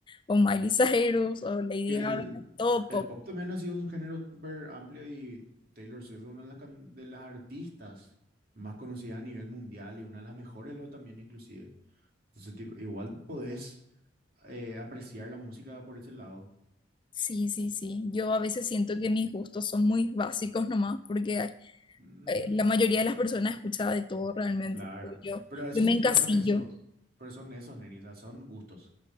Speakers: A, on the left (about 25°); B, on the right (about 50°).
A: o Miley Cyrus
B: ok.
A: o Lady
B: Que el,
A: Gaga, todo
B: el
A: pop.
B: pop también ha sido un género súper amplio y Taylor Swift es una de las, can- de las artistas más conocidas a nivel mundial y una de las mejores luego también inclusive. Entonces, tipo, igual podés eh, apreciar la música por ese lado.
A: Sí, sí, sí. Yo a veces siento que mis gustos son muy básicos nomás, porque hay
B: Mm,
A: eh, la mayoría de las personas escuchaba de todo realmente.
B: Claro,
A: pero Yo,
B: pero esos,
A: yo me encasillo.
B: pero son esos, pero son esos, Neri, o sea, son gustos,